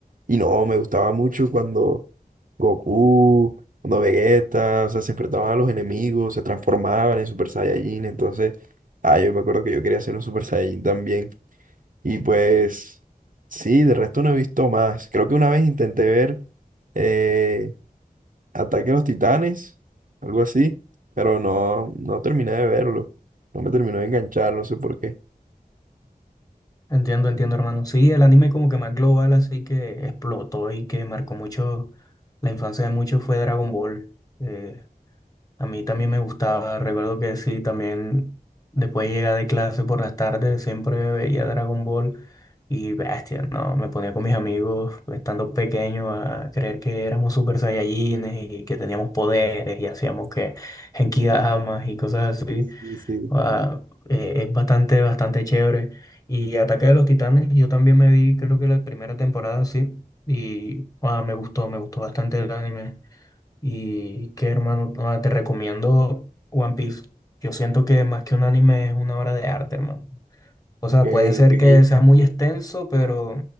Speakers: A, on the right; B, on the left.
A: y no, me gustaba mucho cuando Goku, cuando Vegeta, o sea, se enfrentaban a los enemigos, se transformaban en Super Saiyajin, entonces, ah, yo me acuerdo que yo quería ser un Super Saiyajin también, y pues, sí, de resto no he visto más, creo que una vez intenté ver eh, Ataque a los Titanes, algo así, pero no, no terminé de verlo, no me terminó de enganchar, no sé por qué.
B: Entiendo, entiendo, hermano. Sí, el anime como que más global, así que explotó y que marcó mucho la infancia de muchos fue Dragon Ball. Eh, a mí también me gustaba, recuerdo que sí, también después de llegar de clase por las tardes siempre veía Dragon Ball y bestia, ¿no? Me ponía con mis amigos estando pequeño a creer que éramos super saiyajines y que teníamos poderes y hacíamos que Genkidamas y cosas así.
A: Sí, sí.
B: Ah, eh, es bastante, bastante chévere. Y Ataque de los Titanes, yo también me vi, creo que la primera temporada, sí. Y ah, me gustó, me gustó bastante el anime. Y qué hermano, Ah, te recomiendo One Piece. Yo siento que más que un anime es una obra de arte, hermano. O sea,
A: Ok,
B: puede ser
A: ok.
B: que sea muy extenso, pero